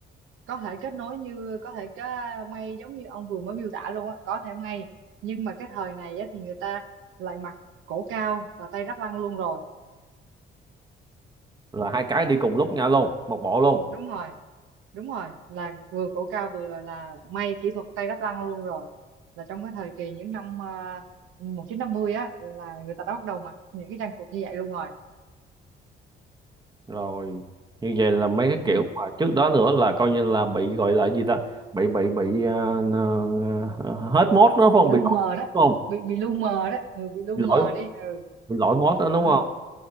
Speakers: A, on the right; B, on the right.
A: có thể kết nối như có thể cái may giống như ông vừa mới miêu tả luôn á có thể may nhưng mà cái thời này á, thì người ta lại mặc cổ cao và tay ráp lăng luôn rồi
B: là hai cái đi cùng lúc nhau luôn một bộ luôn
A: đúng rồi đúng rồi là vừa cổ cao vừa là may kỹ thuật tay đắp lăng luôn rồi là trong cái thời kỳ những năm uh, một chín năm mươi á là người ta đã bắt đầu mặc những cái trang phục như vậy luôn rồi
B: rồi như vậy là mấy cái
A: ừ.
B: kiểu mà trước đó nữa là coi như là bị gọi là gì ta bị bị bị à, à, hết mốt đó phải
A: bị
B: không
A: lu
B: bị
A: mờ
B: lỗi mốt
A: đó
B: đúng không
A: bị bị lu mờ đó ừ, bị lu
B: bị
A: mờ
B: lỗi
A: đi ừ.
B: bị lỗi mốt đó đúng
A: ừ
B: không